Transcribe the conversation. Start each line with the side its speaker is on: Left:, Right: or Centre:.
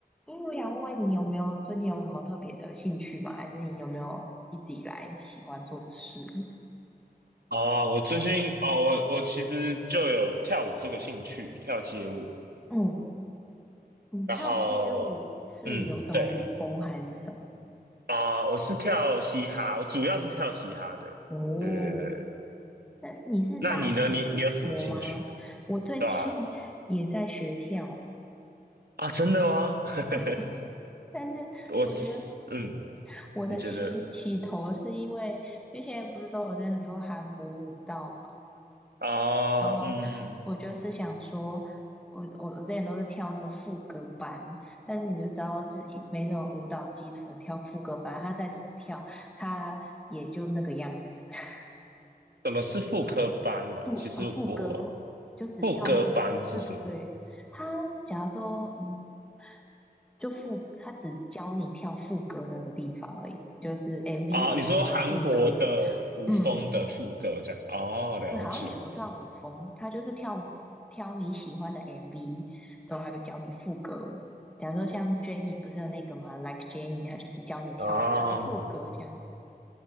Centre: 因为我想问问你有没有最近有什么特别的兴趣吗？还是你有没有一直以来喜欢做的事？
Right: 哦，我最近哦，我我其实就有跳舞这个兴趣，跳街舞。
Centre: 嗯，你跳街舞是有什么舞风还是什么？
Right: 然后，嗯，对啊，我是跳嘻哈，我主要是跳嘻哈的。
Centre: 哦，
Right: 对对对，
Centre: 那你是大学的我吗？
Right: 那你呢？你你有什么兴趣？
Centre: 我最近
Right: 对吧？
Centre: <laughs> 也在学跳舞，
Right: 啊，真的吗？<laughs>
Centre: 对，但是我觉得
Right: 我是嗯，
Centre: 我的起起头是因为，
Right: 你觉得
Centre: 因为现在不是都有在很多韩国舞蹈。
Right: 啊，
Centre: 然后我就是想说，
Right: 嗯，嗯
Centre: 我我我之前都是跳那个副歌班，但是你就知道，就是一没什么舞蹈基础的跳副歌班，他再怎么跳，他也就那个样子。<laughs>
Right: 怎么是副科班呢、
Centre: 副啊、
Right: 其实我
Centre: 副歌就只跳那个副，
Right: 副歌班是什么
Centre: 对对对。他假如说嗯，就副他只教你跳副歌那个地方而已，就是 MV
Right: 啊？
Centre: 五的副歌，
Right: 你说韩国的舞风的副歌这样？
Centre: 嗯。
Right: 哦，了解。
Centre: 对，好像也不算舞风，他就是跳挑你喜欢的 MV，之后他就教你副歌。假如说像 Jennie 不是有那个嘛，Like Jennie，他就是教你跳他的副歌这样子。
Right: 哦，